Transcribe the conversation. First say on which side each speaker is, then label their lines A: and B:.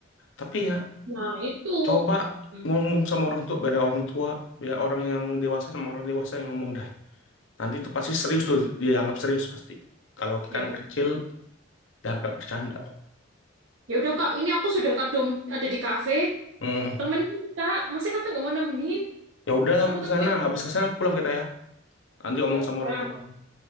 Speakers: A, on the left; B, on the right.
A: Tapi ya
B: nah itu.
A: Coba
B: Hmm,
A: ngomong sama orang tua, biar orang tua, biar orang yang dewasa sama orang dewasa yang ngomong dah. Nanti itu pasti serius tuh, dia anggap serius pasti. Kalau kita
B: ya
A: anak
B: udah.
A: kecil, dianggap bercanda.
B: Ya udah, Kak, ini aku sudah kadung ada di kafe.
A: Hmm,
B: Temenin, kita Masa Kakak nggak mau nemenin?
A: ya udahlah aku
B: Aku tungguin.
A: ke sana, habis ke sana pulang kita ya. Nanti ngomong
B: Ya udah.
A: sama orang tua kamu.